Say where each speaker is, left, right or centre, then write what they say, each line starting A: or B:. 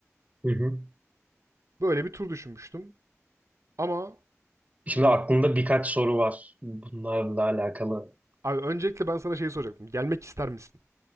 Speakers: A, on the right; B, on the right.
A: Hı hı.
B: Böyle bir tur düşünmüştüm. Ama
A: Şimdi aklımda birkaç soru var bunlarla alakalı.
B: Abi öncelikle ben sana şeyi soracaktım. Gelmek ister misin?